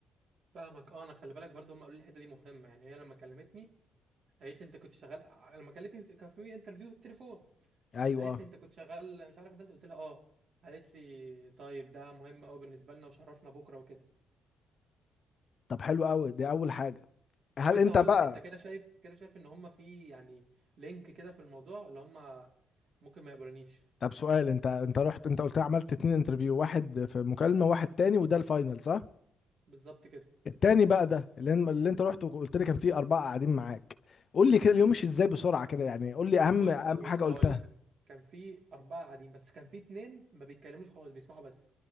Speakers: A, on the right; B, on the left.
A: فاهمك اه انا خلي بالك برضو هم قالوا لي الحته دي مهمه يعني هي لما كلمتني قالت لي انت كنت شغال لما كلمتني في- كان في انترفيو بالتليفون
B: ايوه
A: قالت لي انت كنت شغال مش عارف مدرسه قلت لها اه قالت لي طيب ده مهم قوي بالنسبه لنا وشرفنا بكره وكده
B: طب حلو قوي دي اول حاجه هل
A: طب انت
B: انت
A: هقول
B: بقى
A: لك انت كده شايف كده شايف ان هم في يعني لينك كده في الموضوع اللي هم ممكن ما يقبلونيش
B: طب سؤال انت انت رحت انت قلت عملت اتنين انترفيو واحد في مكالمة واحد تاني وده الفاينل صح؟
A: بالظبط كده
B: التاني بقى ده اللي, ان- اللي انت رحت وقلت لي كان فيه أربعة قاعدين معاك قول لي كده اليوم مشي ازاي بسرعة كده يعني قول لي أهم
A: بص
B: أهم
A: بص
B: حاجة
A: هقول
B: قلتها
A: لك كان في اربعه قاعدين بس كان في اتنين ما بيتكلموش خالص بيسمعوا بس